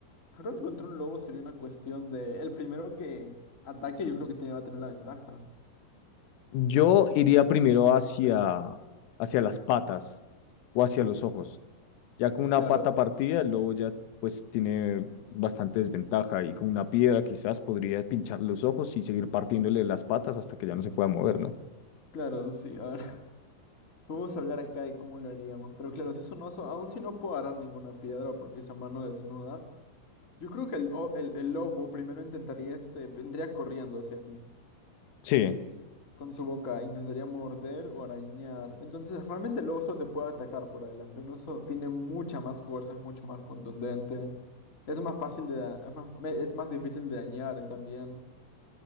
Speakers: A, on the left (about 25°); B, on the left (about 80°).
A: creo que contra un lobo sería una cuestión de, el primero que ataque yo creo que tiene, va a tener la ventaja.
B: yo iría primero hacia, hacia las patas o hacia los ojos. Ya con una
A: Claro,
B: pata partida, el lobo ya pues tiene bastante desventaja y con una piedra quizás podría pinchar los ojos y seguir partiéndole las patas hasta que ya no se pueda mover, ¿no?
A: claro, sí, a ver, <laughs> podemos hablar acá de cómo lo haríamos, pero claro, si es un oso, aún si no puedo agarrar ninguna piedra porque es a mano desnuda, yo creo que el, o- el, el lobo primero intentaría, este, vendría corriendo hacia mí.
B: Sí,
A: Con su boca intentaría morder o arañar. Entonces, realmente el oso te puede atacar por adelante. Un oso tiene mucha más fuerza, es mucho más contundente. Es más fácil de, da- es más, me- es más difícil de dañar eh, también.